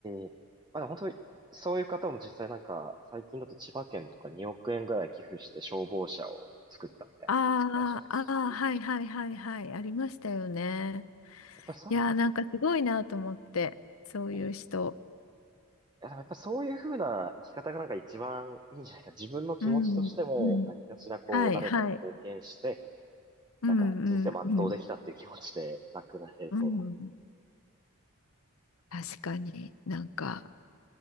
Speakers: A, on the right; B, on the left.
A: えまあでも本当に、そういう方も実際なんか、最近だと千葉県とか2億円ぐらい寄付して消防車を作ったみたいな方もいらっしゃいますし、
B: ああ、ああ、はいはいはいはい、ありましたよね。
A: やっぱりそ
B: いやー、なんかすごいなと思って、そういう人。
A: う、ええいやでもやっぱそういうふうな生き方がなんか一番いいんじゃないか。自分の気持ちとしても何かしらこう誰かに貢献して、
B: うん、うん。はいはい。うん、
A: なんか人生全うできたっていう気持ちでなくなれそうだと思い
B: うん、うん。うん
A: ます。
B: 確かになんか、
A: ええ